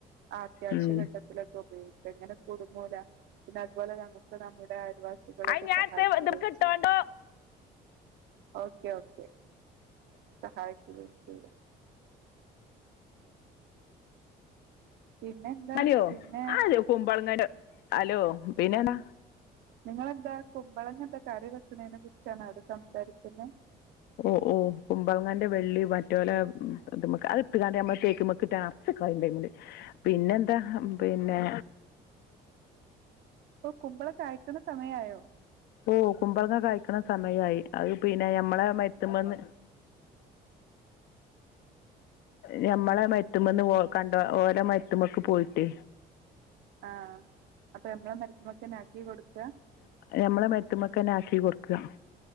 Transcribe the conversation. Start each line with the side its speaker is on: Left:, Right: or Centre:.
Right: ആ.. അത്യാവശ്യഘട്ട-
Left: ഉം
Right: ഉപയോഗിക്ക എങ്ങനെ കൊടുങ്ങൂല പിന്നെ അതുപോലെ നമുക്ക് നമ്മുടെ അയൽ വാസി ഇവിടുന്ന്
Left: അത് ഞാൻ
Right: സഹായിക്ക
Left: ഇതൊക്കെ
Right: ഒഴിച്ച്
Left: ഇട്ടോണ്ടോ
Right: ഓക്കെ ഓക്കെ സഹായക്കല് ഇപ്പൊ ഇല്ല പിന്നെ എന്താ
Left: അലോ
Right: പിന്നെ
Left: അത് കുമ്പളങ്ങന്റെ അലോ പിന്നെന്നാ
Right: നിങ്ങളെന്താ കുമ്പളങ്ങ എന്താ കറി വെക്കണെനെ കുറിച്ചാണോ അത് സംസാരിക്കുന്നെ
Left: ഓ.. ഓ.. കുമ്പളങ്ങാന്റെ വെള്ളി മറ്റേ പോലെക്ക് അത് ഇട്ടുകാണ്ട്മ്മ തേക്ക്മെക്ക് ഇട്ടാ - <unintelligible> ണ്ട് പിന്നെ എന്താ പിന്നെ
Right: ഇപ്പൊ കുമ്പള കായ്ക്കണ സമയയോ?
Left: ഓ കുമ്പളങ്ങ കഴിക്കണ സമയമായി അത് പിന്നെ ഞമ്മളെ മരത്തുമെ ന്ന് ഞമ്മളെ മരത്തുമെന്ന് ഓ കണ്ട ഓള മരത്തുമെക്ക് പോയിട്ട്
Right: ആഹ! അപ്പൊ നമ്മളെ മരത്ത് മെക്കെന്നെ ആ ക്കി കൊടുക്ക
Left: ഞമ്മളെ മരത്തുമെക്കന്നെ ആക്കി കൊടുക്കു